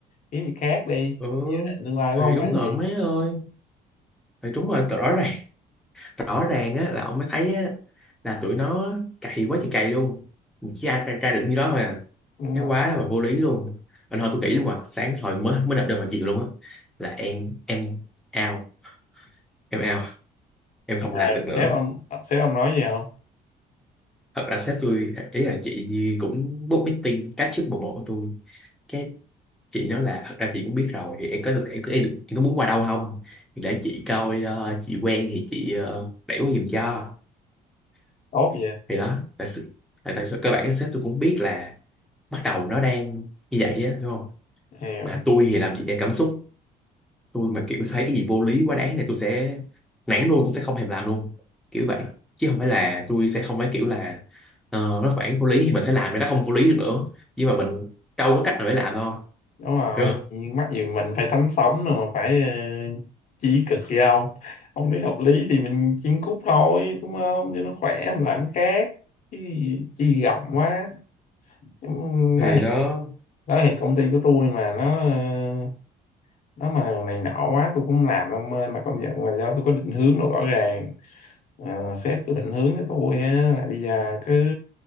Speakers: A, on the left; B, in the centre.
A: kiếm gì khác đi
B: ừ
A: định tương lai của
B: thì
A: ông
B: đúng
A: là cái
B: rồi
A: gì
B: mấy ơi thì đúng rồi rõ ràng rõ ràng á là ông mới thấy á là tụi nó cày quá trời cày luôn Mà chỉ ra, ra, ra được như đó thôi à
A: đúng
B: thấy
A: rồi
B: quá là vô lý luôn anh thôi tôi nghĩ luôn à sáng hồi mới mới đập đơn vào chiều luôn á là em em out em out em không
A: à,
B: làm được nữa
A: sếp ông sếp ông nói gì không
B: thật ra sếp tôi ý là chị Nhi cũng book meeting cá trước bộ bộ của tôi cái chị nói là thật ra chị cũng biết rồi thì em có được em có em, được- em có muốn qua đâu không thì để chị coi ờ, chị quen thì chị uh, đẩy qua giùm cho
A: tốt vậy
B: thì đó tại sự tại, tại sự cơ bản sếp tôi cũng biết là bắt đầu nó đang như vậy á đúng không
A: hiểu
B: mà tôi thì làm gì em cảm xúc tôi mà kiểu thấy cái gì vô lý quá đáng này tôi sẽ nản luôn tôi sẽ không thèm làm luôn kiểu vậy chứ không phải là tôi sẽ không phải kiểu là ờ, nó phản vô lý thì mình sẽ làm cái nó không vô lý được nữa nhưng mà mình đâu có cách nào để làm đâu
A: đúng rồi
B: hiểu không
A: chuyện mắc gì mình phải thánh sống rồi mà phải ờ, chí cực gì không ông lý hợp lý thì mình chiêm cúc thôi đúng không cho nó khỏe mình làm cái khác chứ chi rộng quá Ừm,
B: thì
A: nói thiệt,
B: nó
A: nói thiệt công ty của tôi mà nó ờ, nó mà này nọ quá tôi cũng không làm đâu ông ơi mà công nhận là do tôi có định hướng nó rõ ràng Ờ, sếp cứ định hướng cho tôi á là bây giờ cứ